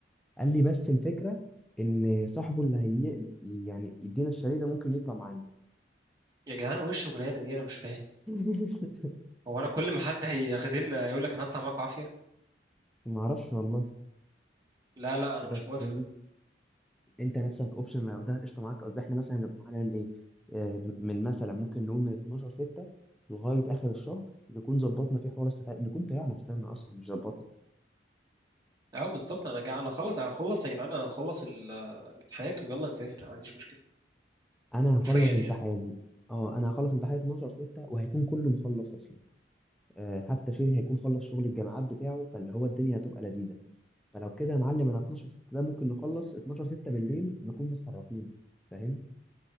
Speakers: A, in the centre; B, on the right.
A: قال لي بس الفكره ان صاحبه اللي هي يعني يدينا الشاليه ده ممكن يطلع معانا
B: يا جدعان هو ايه الشغلانه دي انا مش فاهم
A: <laughs>
B: هو انا كل ما حد هيخدمنا يقول لك انا هطلع معاكم عافيه
A: ما اعرفش والله
B: لا لا انا
A: بس
B: مش موافق
A: انت انت نفسك اوبشن لو ده قشطه معاك قصدي احنا مثلا هنبقى معانا من ايه آه، من مثلا ممكن نقول من 12 6 لغايه اخر الشهر نكون ظبطنا في حوار السفر نكون طلعنا سافرنا اصلا مش ظبطنا
B: اه بالظبط انا جا... انا خلص انا خلص يا جدعان انا هخلص ال- الامتحانات ويلا نسافر أنا ما عنديش مشكله
A: انا
B: حرفيا
A: هخلص
B: يعني
A: امتحان اه انا هخلص امتحان 12 6 وهيكون كله مخلص اصلا آه حتى شيري هيكون خلص شغل الجامعات بتاعه فاللي هو الدنيا هتبقى لذيذه فلو كده يا معلم انا 12 6 ده ممكن نخلص 12 6 بالليل نكون متحركين فاهم